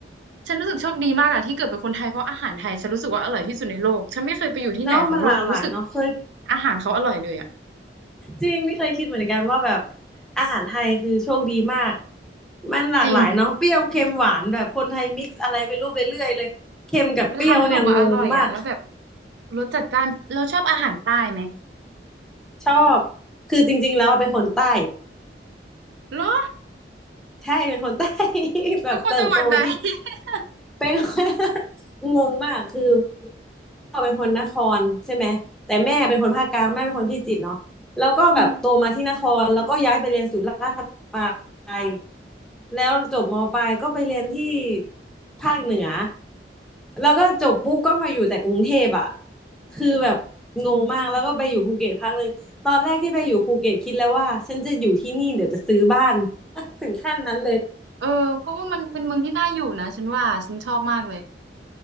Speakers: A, on the right; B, in the centre.
A: ฉันรู้สึกโชคดีมากอะที่เกิดเป็นคนไทยเพราะอาหารไทยฉันรู้สึกว่าอร่อยที่สุดในโลกฉันไม่เคยไปอยู่ที่ไหนของโลกรู้สึก
B: เนาะมันหลากหลายเนาะเคย
A: อาหารเขาอร่อยเลยอะ
B: จริงนี่เคยคิดเหมือนกันว่าแบบอาหารไทยคือโชคดีมากมันหลากหลายเนาะเปรี้ยวเค็มหวานแบบคนไทยมิกซ์อะไรไม่รู้ไปเรื่อยเลยเค็มกับเปรี้ยวเนี่ยงงมาก
A: จริงมันทำให้ออกมาอร่อยอะแล้วแบบรสจัดจ้านเราชอบอาหารใต้ไหม
B: ชอบ คือจริงๆแล้วอะเป็นคนใต้
A: เหรอ
B: ใช่ เป็นคนใต้ <laughs> แบบเติบโตที่
A: เป็นคนจังหวัดไหน <laughs>
B: เป็น <laughs> งงมากคือ พ่อเป็นคนนครใช่ไหมแต่แม่เป็นคนภาคกลางแม่เป็นคนพิจิตรเนาะแล้วก็แบบโตมาที่นครแล้วก็ย้ายไปเรียนสุราษฎร์ไป
A: อืม
B: แล้วจบมปลายก็ไปเรียนที่ภาคเหนือแล้วก็จบปุ๊บก็มาอยู่แต่กรุงเทพอ่ะคือแบบงงมากแล้วก็ไปอยู่ภูเก็ตพักหนึ่งตอนแรกที่ไปอยู่ภูเก็ตคิดแล้วว่าฉันจะอยู่ที่นี่เดี๋ยวจะซื้อบ้าน <laughs> ถึงขั้นนั้นเลย
A: เออเพราะว่ามันเป็นเมืองที่น่าอยู่นะฉันว่าฉันชอบมากเลย